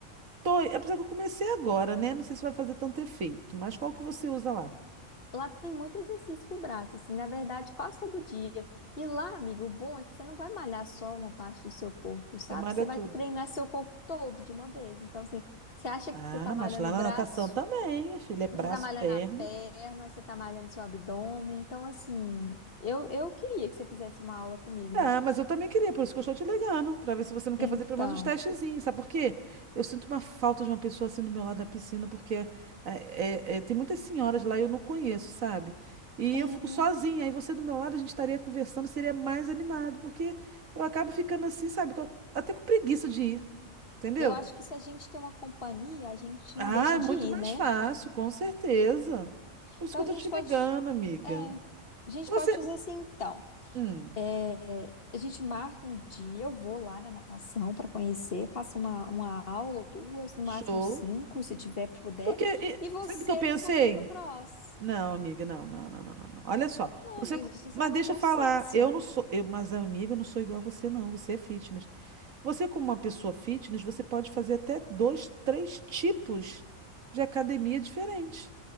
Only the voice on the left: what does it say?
Lá tem muito exercício pro braço, assim, na verdade, quase todo dia. E lá, amigo, o bom é que você não vai malhar só uma parte do seu corpo, sabe?
Você
vai treinar seu corpo todo de uma vez. Então, assim, você acha
que você tá malhando
o
braço,
mas você tá malhando
a perna, você tá malhando seu abdômen. Então, assim, eu, eu queria que você fizesse uma aula comigo,
né?
Então,
é,
eu acho que se a gente tem uma companhia, a gente
não deixa
de ir,
né?
Então,
a
gente
pode,
é, a gente
pode fazer assim, então.
É, a gente marca um dia, eu vou lá na natação para conhecer, faço uma, uma aula ou duas, no
máximo cinco, se tiver, puder,
e você
vem comigo no cross.
Não,
amiga, a gente tem que
chegar no
consenso.